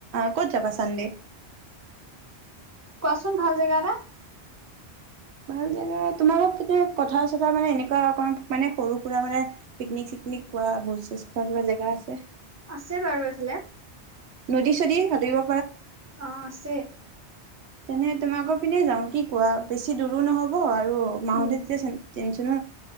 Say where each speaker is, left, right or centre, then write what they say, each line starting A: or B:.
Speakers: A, on the right; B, on the right.
A: ক'ত যাবা চানডেষ!
B: কোৱাচোন ভাল জেগাটা।
A: ভাল জেগা তোমাৰ পথাৰ চথাৰ মানে এনেকুৱা অক মানে সৰু সুৰা মানে পিকনিক চিকনিক কোৱা ভোজ চোজ খোৱা কিবা জেগা আছে।
B: আছে বাৰু এইফালে
A: নদী চদী সতৰিব।
B: অ আছে।
A: তেনে তুমি আকৌ পিনে যাও কি কোৱা বেছি দূৰো নহব আৰু। অ‌ মাহতে
B: উম
A: যেতিয়াচুন। টেনচন।